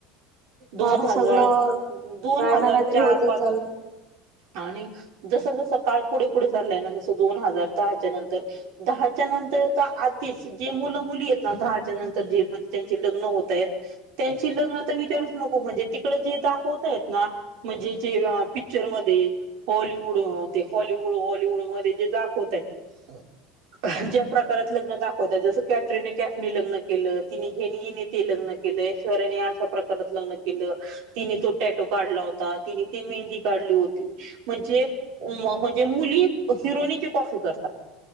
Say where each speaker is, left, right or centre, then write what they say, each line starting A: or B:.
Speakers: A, on the right (about 70°); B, on the right (about 50°).
A: दोन
B: मग आता
A: हजार
B: सगळं
A: दोन
B: काय
A: हजार
B: ना काहीतरी
A: चार
B: होतच
A: पाच
B: चाललं.
A: आणि जसं जसं काळ पुढे पुढे चाललाय ना जसं दोन हजार दहाच्या नंतर दहाच्या नंतर तर आधीच जे मुलं मुली य ना दहाच्या नंतर जे म्हणजे त्यांचे लग्न होत आहेत त्यांची लग्न तर विचारूच नको म्हणजे तिकडं जे दाखवताय ना म्हणजे जेव पिक्चरमध्येध्ये हॉलिवूड ते हॉलिवूड हॉलिवूड मध्ये जे दाखवतात ज्या प्रकारे लग्न दाखवतात जस कॅटरीना कॅफनी लग्न केलं, तिने हेनी ते लग्न केलं, ऐश्वर्याने अशा प्रकारे परत लग्न केलं. तिने तो टॅटो काढला होता. तिने ती मेहंदी काढली होती. म्हणजे म्हणजे मुली हिरोनीची कॉफी करतात.